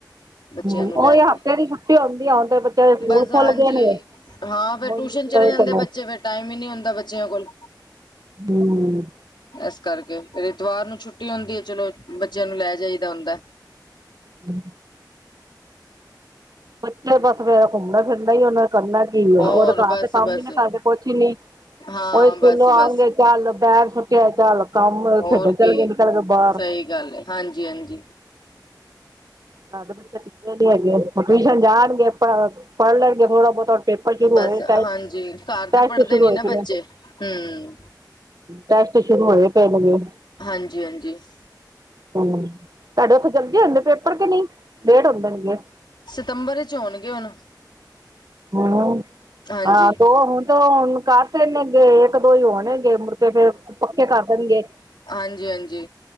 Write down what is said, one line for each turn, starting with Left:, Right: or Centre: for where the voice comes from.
Left: ਬੱਚਿਆਂ
Right: ਹ
Left: ਨੂੰ ਲੈ
Right: ਉਹੀ ਹਫ਼ਤੇ
Left: ਕੇ
Right: ਦੀ ਛੁੱਟੀ ਹੁੰਦੀ ਆ, ਹੁਣ ਤੇ ਬੱਚਿਆਂ ਸਕੂਲ
Left: ਬਸ ਹਾਂਜੀ
Right: ਖੁੱਲ ਗਏ ਨੇ
Left: ਹਾਂ ਫੇਰ
Right: ਹੋਰ
Left: ਟਿਊਸ਼ਨ
Right: ਮੁੱਦਾ
Left: ਚਲੇ ਜਾਂਦੇ
Right: ਕਮੋ
Left: ਬੱਚੇ, ਫੇਰ ਟਾਈਮ ਹੀ ਨਹੀਂ ਹੁੰਦਾ ਬੱਚਿਆਂ ਕੋਲ।
Right: ਹੂੰ।
Left: ਇਸ ਕਰਕੇ ਐਤਵਾਰ ਨੂੰ ਛੁੱਟੀ ਹੁੰਦੀ ਹੈ, ਚਲੋ ਬੱਚਿਆਂ ਨੂੰ ਲੈ ਜਾਈਦਾ ਹੁੰਦਾ।
Right: ਹੂੰ ਬੱਚੇ ਬਸ ਫੇਰ ਘੁੰਮਣਾ ਫਿਰਨਾ ਹੀ, ਉਹਨਾ ਕਰਨਾ ਕੀ
Left: ਹੋਰ
Right: ਹੈ? ਉਹ ਤੇ ਘਰ
Left: ਬਸ
Right: ਤੇ ਕੰਮ
Left: ਬਸ
Right: ਹੀ ਨ ਕਰਦੇ, ਕੁਛ ਨੀ
Left: ਹਾਂ
Right: ਉਹੀ ਸਕੂਲੋਂ
Left: ਬਸ
Right: ਆਣਗੇ,
Left: ਬਸ
Right: ਚੱਲ ਬੈਗ ਸੁੱਟਿਆ, ਚੱਲ ਕੰਮ,
Left: ਹੋਰ
Right: ਖੇਡਣ ਚੱਲ
Left: ਕੀ
Right: ਗਏ, ਨਿਕਲ ਗਏ ਬਾਹਰ
Left: ਸਹੀ ਗੱਲ ਹੈ, ਹਾਂਜੀ-ਹਾਂਜੀ।
Right: ਘਰ ਤੇ ਬੱਚੇ ਟਿੱਕਦੇ ਨੀ ਹੈਗੇ, ਟਿਊਸ਼ਨ ਜਾਣਗੇ ਪ ਪੜ੍ਹ ਲੈਣਗੇ, ਥੋੜਾ ਬਹੁਤਾ ਪੇਪਰ ਸ਼ੁਰੂ
Left: ਬਸ,
Right: ਹੋਏ ਟਾਈਮ
Left: ਹਾਂਜੀ ਘਰ
Right: ਟੈਸਟ
Left: ਤੇ ਪੜ੍ਹਦੇ
Right: ਸ਼ੁਰੂ
Left: ਨੀ
Right: ਹੋਏ
Left: ਨਾ
Right: ਪਏ ਨੇ
Left: ਬੱਚੇ, ਹਮਮ
Right: ਟੈਸਟ, ਸ਼ੁਰੂ ਹੋਏ ਪਏ ਨੇ
Left: ਹਾਂਜੀ- ਹਾਂਜੀ਼।
Right: ਹਮ, ਤੁਹਾਡੇ ਉੱਥੇ ਜਲਦੀ ਹੁੰਦੇ ਪੇਪਰ ਕਿ ਨਹੀਂ, ਲੇਟ ਹੁੰਦੇ ਨ ਗੇ।
Left: ਸਤੰਬਰ ਚ, ਹੋਣਗੇ ਹੁਣ।
Right: ਹਉ,
Left: ਹਾਂਜੀ
Right: ਹਾਂ ਦੋ ਹੁਣ ਤਾਂ ਹੁਣ ਕਰਦੇ ਨੇ ਗਏ, ਇੱਕ ਦੋ ਹੀ ਹੋਣੇਗੇ। ਤੇ ਫੇਰ ਪੱਕੇ ਕਰ ਦੇਣਗੇ।
Left: ਹਾਂਜੀ-ਹਾਂਜੀ।